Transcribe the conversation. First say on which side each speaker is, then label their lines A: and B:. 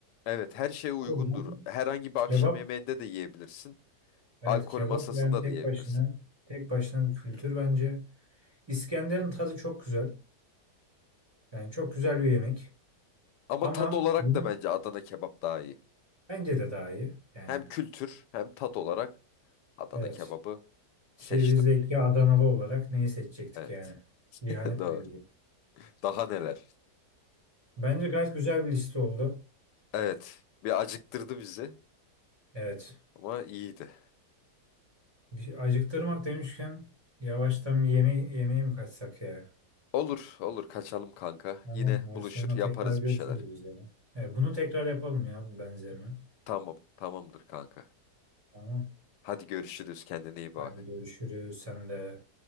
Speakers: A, on the left; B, on the right.
A: Evet her şey uygundur.
B: O yüzden
A: Herhangi bir
B: Kebap
A: akşam yemeğinde de yiyebilirsin.
B: Evet
A: Alkol
B: kebap
A: masasında
B: yani tek
A: da yiyebilirsin.
B: başına tek başına bir kültür bence. İskender'in tadı çok güzel. Yani çok güzel bir yemek.
A: Ama
B: Ama
A: tat olarak
B: bunun
A: da bence Adana kebap daha iyi.
B: bence de daha iyi. Yani
A: Hem kültür hem tat olarak Adana
B: evet.
A: kebabı Seçtim.
B: Ki biz de iki Adanalı olarak neyi seçecektik
A: Evet.
B: yani? İhanet
A: <laughs> Doğru.
B: mi edecektik?
A: Daha neler?
B: Bence gayet güzel bir liste oldu.
A: Evet. Bir acıktırdı bizi
B: Evet.
A: ama iyiydi.
B: Bir acıktırmak demişken yavaştan bir yeme yemeğe mi kaçsak ya?
A: Olur, olur. Kaçalım kanka.
B: Tamam.
A: Yine
B: Hadi
A: buluşur,
B: sonra
A: yaparız
B: tekrar görüşürüz
A: bir şeyler.
B: biz yani. Evet, bunu tekrar yapalım ya benzerini.
A: Tamam, tamamdır kanka.
B: Tamam.
A: Hadi görüşürüz. Kendine iyi bak.
B: Hadi görüşürüz. Sen de